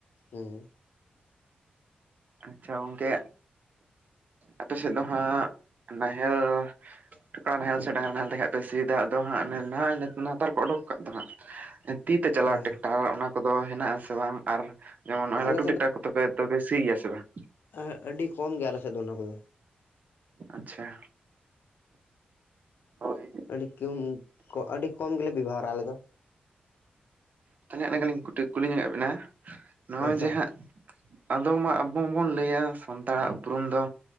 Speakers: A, on the left (about 80°); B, on the right (about 50°).
A: ᱦᱮᱸ
B: ᱟᱪᱪᱷᱟ ᱜᱚᱝᱠᱮ ᱟᱯᱮ ᱥᱮᱫ ᱫᱚ ᱦᱟᱸᱜ ᱱᱟᱦᱮᱞ ᱠᱚᱲᱟ ᱱᱟᱦᱮᱞ ᱥᱮ ᱰᱟᱝᱨᱟ ᱱᱟᱦᱮᱞ ᱛᱮᱜᱮᱦᱟᱸ ᱯᱮ ᱥᱤ ᱫᱟᱜ ᱫᱚ ᱦ ᱱᱟᱦ ᱱᱟᱨ ᱠᱚᱠᱚ ᱚᱰᱩᱠ ᱠᱟᱜ ᱫᱚ ᱦᱟᱸᱜ?
A: <inaudible>
B: ᱛᱤ ᱛᱮ ᱪᱟᱞᱟᱣ
A: ᱦᱳᱭ
B: ᱴᱮᱠᱴᱟᱨ ᱚᱱᱟ ᱠᱚᱫᱚ ᱦᱮᱱᱟᱜᱼᱟᱥᱮ ᱵᱟᱝ ᱟᱨ ᱡᱮᱢᱚᱱ ᱱᱚ-ᱚᱭ
A: ᱟᱞᱮ
B: ᱞᱟᱹᱴᱩ ᱴᱮᱠᱴᱟᱨ ᱠᱚᱛᱮ ᱥᱤᱭ ᱜᱮᱭᱟ ᱥᱮ ᱵᱟᱝ?
A: ᱦ ᱟᱹᱰᱤ ᱠᱚᱢ ᱜᱮᱭᱟ ᱟᱞᱮᱥᱮᱫ ᱫᱚ ᱚᱱᱟ ᱠᱚᱫᱚ᱾
B: ᱟᱪᱪᱷᱟ᱾ ᱦᱳᱭ
A: ᱟᱹᱰᱤ ᱠᱩᱢ ᱟᱹᱰᱤ ᱠᱚᱢ ᱜᱮᱞᱮ ᱵᱮᱵᱚᱦᱟᱨᱟ ᱟᱞᱮᱫ ᱫᱚ᱾
B: ᱛᱟᱦᱞᱮ ᱱᱮᱭ ᱞᱮᱠᱟ ᱞᱤᱧ ᱠᱩᱞᱤ ᱧᱚᱜᱮ ᱵᱮᱱᱟ ᱱᱚᱜᱼᱚᱭ
A: ᱟᱪᱪᱷᱟ
B: ᱡᱮ ᱦᱟᱸᱜ ᱟᱫᱚ ᱢᱟ ᱟᱵᱚ ᱵᱚᱱ ᱞᱟᱹᱭᱟ ᱥᱟᱱᱛᱟᱲᱟᱜ ᱩᱯᱨᱩᱢ ᱫᱚ